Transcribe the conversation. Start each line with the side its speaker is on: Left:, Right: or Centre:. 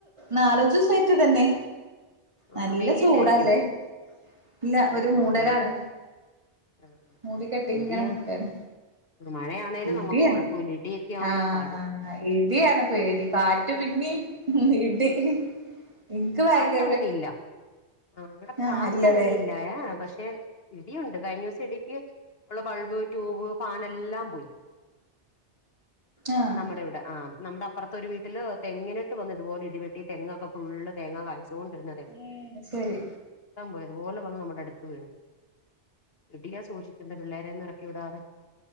Right: നാലഞ്ച് ദിവസം ആയിട്ട് ഇതന്നെ
Left: ആ
Right: നല്ല
Left: വെയിലില്ലായിരിക്കും
Right: ചൂടല്ലേ ഇല്ല
Left: ഉം
Right: ഒരു മൂടലാണ്
Left: ഉം ഉം ആ
Right: മുടി കെട്ടി
Left: ഇടിയാ
Right: ഇങ്ങനെ നിക്കാണ്
Left: മഴയാണേലും
Right: ഇടി
Left: നമുക്ക് കുഴപ്പമില്ല ഇടിയൊക്കെ ആവുമ്പോഴാ
Right: ആഹ്
Left: പാട്
Right: ഇടിയാണ് പേടി കാറ്റും പിന്നിം ഇടി എനിക്ക് ഭയങ്ക
Left: കാറ്റങ്ങനെ ഇല്ല ആ ഇവിടെ
Right: ആഹ്
Left: കാറ്റ്
Right: ഇല്ലല്ലേ
Left: അങ്ങനെ ഇല്ല പക്ഷെ ഇടിയുണ്ട് കഴിഞ്ഞ ദിവസം ഇടിക്ക് ഉള്ള ബൾബ് ട്യൂബ് ഫാൻ എല്ലാം പോയി
Right: ആഹ്
Left: നമ്മുടെ ഇവിടെ ആഹ് നമ്മുടെ അപ്പുറത്തെ ഒരു വീട്ടില് തെങ്ങിനിട്ട് വന്ന് ഇതുപോലെ ഇടിവെട്ടി തെങ്ങൊക്കെ ഫുളള് തെങ്ങ് ക തോണ്ടിരുന്നതേ
Right: ഏഹ് ശരി
Left: ഇ പോയ അതുപോലെ വന്ന് നമ്മുടെ അടുത്ത് വീണു ഇടിയാ സൂക്ഷിക്കണ്ടത് പിള്ളേരെൊന്നും ഇറക്കി വിടാതെ